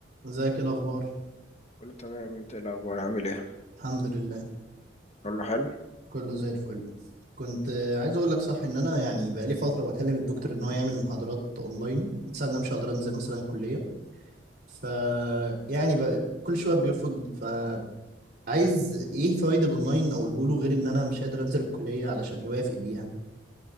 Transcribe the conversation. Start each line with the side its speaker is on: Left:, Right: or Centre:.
Right: ازيك ايه الاخبار
Left: كله تمام انت ايه الاخبار عامل ايه
Right: الحمد لله
Left: كله حلو
Right: كله زي الفل كنت آه، عايز اقول لك صح ان انا يعني بقالي فتره بكلم الدكتور ان هو يعمل محاضرات اونلاين بس انا مش هقدر انزل مثلا الكليه ف يعني ب... كل شويه بيرفض فعايز ايه فوائد الاونلاين اقوله له غير ان انا مش قادر انزل الكليه علشان يوافق بيها